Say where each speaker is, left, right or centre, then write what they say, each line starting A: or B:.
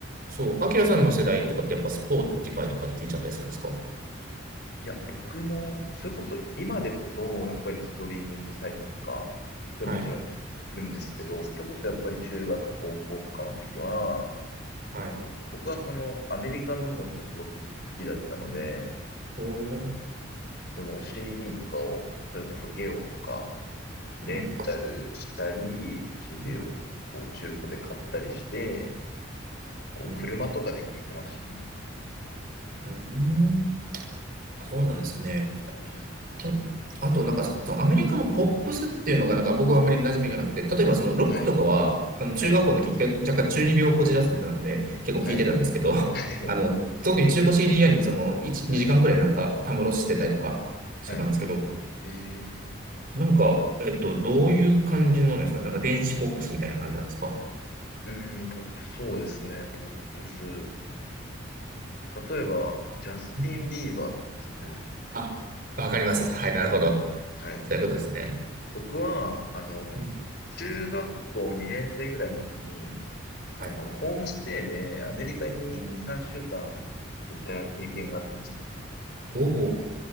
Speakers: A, on the right; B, on the left.
A: そう、アキラさんの世代とかってやっぱスポーティファイとかで聞いちゃったりするんですか
B: いや、僕も、それこそ、今でこそ、やっぱりストリーミングサイトとかでもちろん聞くんですけど、
A: はい、
B: それこそやっぱり中学、高校とかの時は、
A: はい。
B: 僕はそのアメリカの音楽がすごく好きだったので、
A: おー、
B: その CD とかを、それこそゲオとか、
A: うん、
B: レンタルしたり、CD
A: うん、
B: をこう中古で買ったりして、こう車とかで聞いてましたね。
A: うん、うんそうなんですね。
B: うん。
A: と、あとなんかそのアメリカのポップスっていうのがなんか僕はあんまり馴染みがなくて、例えばそのロックとかは、
B: はい、
A: あの中学校の時、
B: はい、
A: 若干中二病をこじらせてたので、結構聞いてたんですけど、
B: はい、
A: <laughs> あの、
B: <laughs>
A: 特に中古 CD 屋にその1、
B: はい、
A: 2時間くらいなんかたむろしてたりとかしてたんですけど、
B: はい。はいえー
A: なんか、えっと、どういう感じのですかなんか電子ポップスみたいな感じなんですか
B: うーん、ポップ、そうですね、ポップス。例えば、ジャスティン・
A: うん
B: ビーバーとか聞いてましたね。
A: あ、わかります。はい、なるほど。
B: うん、はい。
A: そういうことですね。
B: 僕は、あの、
A: うん
B: 中学校2年生ぐらいの時に、
A: はい。
B: あの、ホームステイでアメリカに2、3週間いた経験があったんですよ。
A: おお。